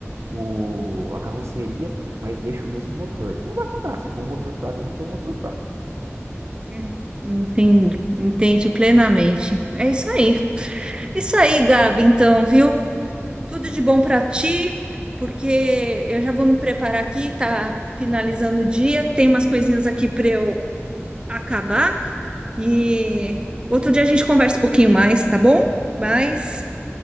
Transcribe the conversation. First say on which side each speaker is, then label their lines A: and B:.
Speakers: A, on the right (about 70°); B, on the right (about 20°).
A: o, a carroceria, mas deixa o mesmo motor. Não vai mudar. Se for um motor fraco, eu vou ter um motor fraco.
B: É, entendo, entende plenamente. É isso aí. Isso aí, Gabi, então, viu? Tudo de bom para ti, porque eu já vou me preparar aqui, tá finalizando o dia, tem umas coisinhas aqui para eu acabar e outro dia a gente conversa um pouquinho mais, tá bom? Mas